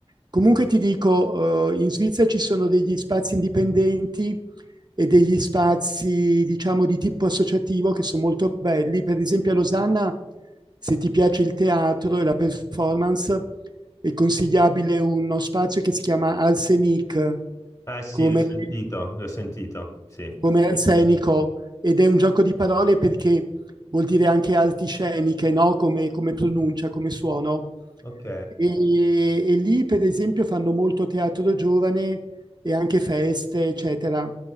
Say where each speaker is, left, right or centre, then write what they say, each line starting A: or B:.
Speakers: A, on the right (about 40°); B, on the left (about 30°).
A: Comunque ti dico, eh, in Svizzera ci sono degli spazi indipendenti e degli spazi, diciamo, di tipo associativo che sono molto belli. Per esempio a Losanna, se ti piace il teatro e la performance, è consigliabile uno spazio che si chiama Arsenic,
B: Ah, sì,
A: come
B: l'ho sentito, l'ho sentito, sì.
A: come Sì. scenico, ed è un gioco di parole perché vuol dire anche arti sceniche, no? Come, come pronuncia, come suono.
B: Ok.
A: E, e lì, per esempio, fanno molto teatro giovane e anche feste, eccetera.